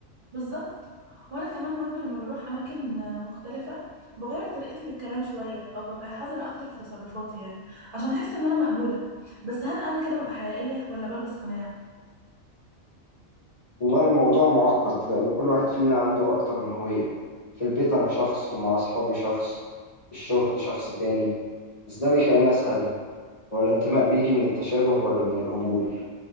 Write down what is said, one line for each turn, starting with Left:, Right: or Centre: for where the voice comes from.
Right: بالظبط وأنا كمان برضو لما بروح أماكن مختلفة بغير طريقتي في الكلام شوية أو ببقى حذرة أكتر في تصرفاتي يعني عشان أحس إن أنا مقبولة بس هل أنا كده ببقى حقيقية ولا بلبس قناع؟
Left: والله الموضوع معقد لأن كل واحد فينا عنده أكتر من هوية في البيت أنا شخص ومع أصحابي شخص في الشغل شخص تاني بس ده بيخليني أسأل هو الانتماء بيجي من التشابه ولا من القبول؟